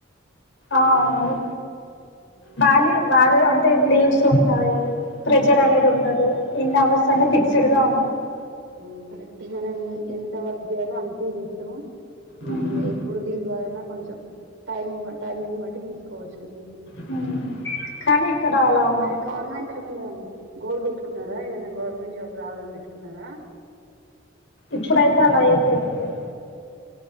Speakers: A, on the left; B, on the right.
A: ఆవును
B: గవర్నమెంట్
A: బాలే
B: జాబ్ చేస్తే
A: బాలేదు
B: అది బెటర్
A: అంటే లీవ్స్ ఉ అయి ప్రెజర్ అనేది ఉండదు ఇన్ అవర్స్ అనేది ఫిక్స్డ్ గా ఉంటుంది
B: ఉ కరెక్ట్ గానే ఏన్ ఎంత వర్క్ చేయాలో అంతే చేస్తరు
A: హ్మ్.
B: మనం ఎప్పుడు లీవ్ కావాలన్నా కొంచెం టైమ్ బట్టి టైమింగ్ నీ బట్టి తీసుకోవచ్చు
A: హ్మ్. కానీ ఇక్కడ అలా ఉండదు
B: మరి గవర్నమెంట్ ఏమన్నా గోల్ పెట్టుకున్నారా ఏదైనా గవర్మెంట్ జాబ్ రావాలని పెట్టు కున్నార
A: ఇప్పుడైతే అలా ఏసై ఓ